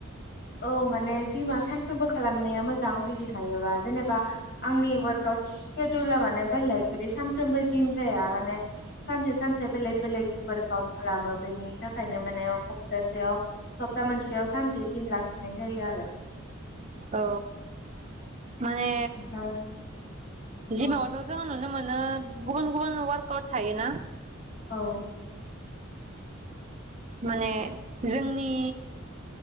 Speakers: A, on the left (about 50°); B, on the right (about 35°).
A: औ माने जिमा सानफ्रोमबो खालामनाया मोज जां जुदि हायोबा जेनेबा आंनि वार्क -आउट सिडुला माने बेलेक बिदि सानफ्रोमबो जिम जाया माने सानसे सानसे बेलेक बेलेक वार्क -आउट खालामो बेनि थाखायनो माने खप्तासेयाव सप्ता मोनसेयाव सानसे जिम लाखि जिनाय जायो आरो
B: औ माने
A: ओमफ्राय
B: जिमावथ'
A: औ
B: जोंहो नुनो मोनो गुबुन गुबुन वार्क आउट थायोना,
A: औ
B: माने जोंनि